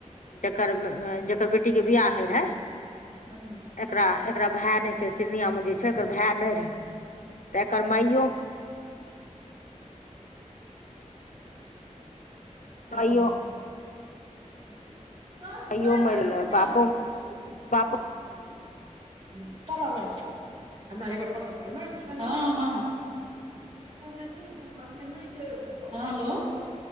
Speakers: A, on the left (about 80°); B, on the right (about 55°).
A: जकर जकर बेटी के बियाह हेय रहेय।
B: <unintelligible>
A: एकरा एकरा भाय ने छे शिर निया मे छे एकर भाय ने रहे तऽ एकर माइयो
B: ओ
A: माइयो
B: सब मबाइल
A: माइयो मरि गेलै
B: लाय
A: बापो
B: के
A: बापो
B: बेशल रहेछ। <unintelligible> हँ हँ हँ हेलों।